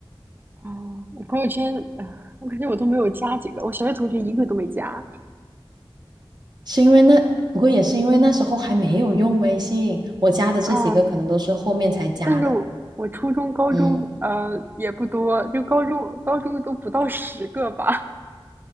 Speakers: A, on the right (about 20°); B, on the right (about 45°).
A: 哦，我朋友圈，啊我感觉我都没有加几个，我小学同学一个都没加
B: 是因为那，不过也是因为那时候还没有用微信，我加的这几个可能都是后面才加的。
A: 啊。但是我我初中、高中，
B: 嗯，
A: 呃，也不多，就高中高中都不到十个吧。<laughs>